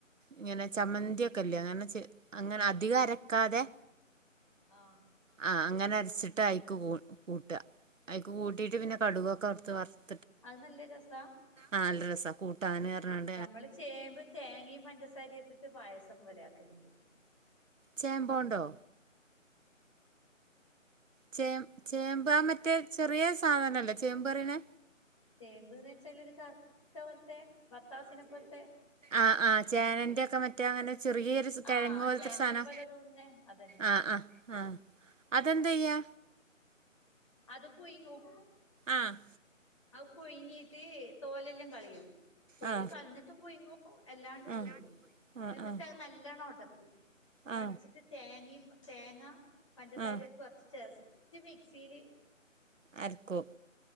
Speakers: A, on the right; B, on the left.
A: ഇങ്ങനെ ചമ്മന്തിക്കെല്ലേ അങ്ങനെ ചെ അങ്ങനെ അധികം അരക്കാതെ
B: ആഹ്
A: ആ അങ്ങന അരച്ചിട്ട് അയ്ക്ക് കൂട്ടുക അയക്ക് കൂട്ടിയിട്ട് പിന്നെ കടുകൊക്കെ വർത്ത്
B: അയ് നല്ല രസാ
A: ആഹ് നല്ലരസാ കൂട്ടാന് പർഞ്ഞാണ്ട്
B: നമ്മള് ചേമ്പ് തേങ്ങയും പഞ്ചസാരയും ഇട്ടിട്ട് പായസം പോലെ ആക്കലുണ്ട്.
A: ചേമ്പോണ്ടോ? ചേ ചേമ്പ് മറ്റേ ചെറിയ സാധനല്ലേ ചേമ്പ് അറിനെ
B: ചേമ്പ്ന്ന് വെച്ചാല് ഒരു കറുത്ത പോലത്തെ ബത്താസിനെ പോലത്തെ
A: ആഹ് ആ ചേനന്റെറെ ഒക്കെ മറ്റേ അങ്ങനെ ചെറിയൊരു കിഴങ്ങ്
B: ആഹ്
A: പോല്ത്തെ
B: ചേനനെ
A: സാദനംആ
B: പോലെ തോന്നുന്നേ അതന്നെ
A: ആ ആ അതെന്ത ചെയ്യാ?
B: അത് പുയുങ്ങും
A: ആഹ്
B: ആ പുഴുങ്ങീട്ട് തോലെല്ലാം കളയും തോല്
A: ആ
B: കളഞ്ഞിട്ടും പുഴുങ്ങു എല്ലാണ്ടും
A: ആ ആ
B: പുഴുങ്ങു
A: ആ
B: എന്നിട്ട് അത് നല്ലോണം ഒടക്കും
A: ആ
B: ഒടച്ചി ട്ട് തേങ്ങ തേങ്ങ പഞ്ചസാര
A: ആ ആ
B: ഇട്ട് കൊറച്ച് ജെസ്റ്റ് മിക്സിയില്
A: അരക്കും